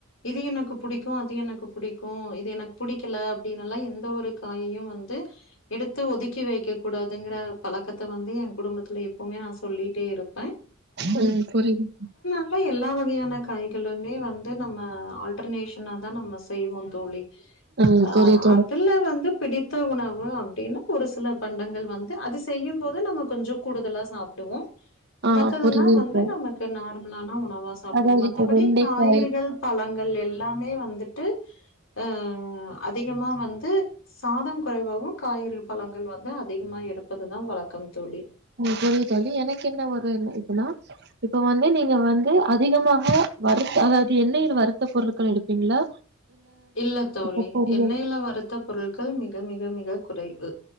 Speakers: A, on the left (about 70°); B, on the right (about 55°).
A: இது எனக்கு பிடிக்கும் அது எனக்கு பிடிக்கும் இது எனக்கு பிடிக்கல அப்டின்னல்ல எந்த ஒரு காயையும் வந்து எடுத்து ஒதுக்கி வைக்க கூடாதுங்கிற பழக்கத்தை வந்து எய குடும்பத்துல எப்பவுமே நா சொல்லிட்டே இருப்
B: ம் புரியுது
A: இல்ல எல்லா வகையான காய்களுமே வந்து நம்ம ஆல்டர்நேஷனாதா நம்ம செய்வோ தோழி
B: ம்
A: ஆ
B: புரியுது தோழி
A: அதுல வந்து பிடித்த உணவு அப்டின்னா ஒரு சில பண்டங்கள் வந்து அது செய்யும்போது நம்ம கொஞ்ச கூடுதலா சாப்டுவோ
B: ஆ
A: மத்ததெல்லா
B: புரியுது
A: வந்து
B: தோழி
A: நமக்கு நார்மலானா உணவாச சாப்டுவோ
B: அதாவது
A: மத்தபடி
B: இப்போ வெண்டைக்காய்
A: காய்கறிகள் பழங்கள் எல்லாமே வந்துட்டு ஆ அதிகமாக வந்து சாத குறைவாவு காய்கறிகள் பழங்கள் வந்து அதிகமா எடுப்பதுதா வழக்கம் தோழி
B: ம் புரிது தோழி எனக்கு என்ன ஒரு இதுன்னா இப்ப வந்து நீங்க வந்து அதிகமாக வருத்த அதாவது எண்ணெயில வருத்த பொருட்கள் எடுப்பீங்களா
A: இல்ல தோழி
B: இப்ப பொரியல்
A: எண்ணெயில வருத்த பொருள்கள் மிக மிக மிக குறைவு